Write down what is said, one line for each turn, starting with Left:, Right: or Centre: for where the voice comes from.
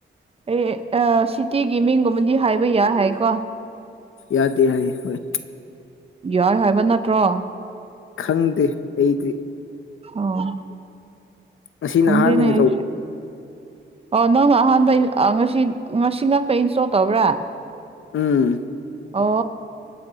Right: ꯑꯩ ꯁꯤꯇꯤꯒꯤ ꯃꯤꯡꯒꯨꯝꯕꯗꯤ ꯍꯥꯏꯕ ꯌꯥꯏ ꯍꯥꯏꯀꯣ
Left: ꯌꯥꯗꯦ ꯍꯥꯏꯌꯦ ꯍꯣꯏ
Right: ꯌꯥꯏ ꯍꯥꯏꯕ ꯅꯠꯇ꯭ꯔꯣ
Left: ꯈꯪꯗꯦ ꯑꯩꯗꯤ
Right: ꯑꯣ
Left: ꯑꯁꯤꯅ
Right: ꯈꯪꯗꯦꯅꯦ
Left: ꯑꯍꯥꯟꯕꯅꯤ ꯇꯧꯕ
Right: ꯑꯣ ꯅꯪ ꯑꯍꯥꯟꯕ ꯉꯁꯤ ꯉꯁꯤ ꯉꯥꯛꯇ ꯏꯟꯁꯇꯣꯜ ꯇꯧꯕ꯭ꯔꯥ
Left: ꯎꯝ
Right: ꯑꯣ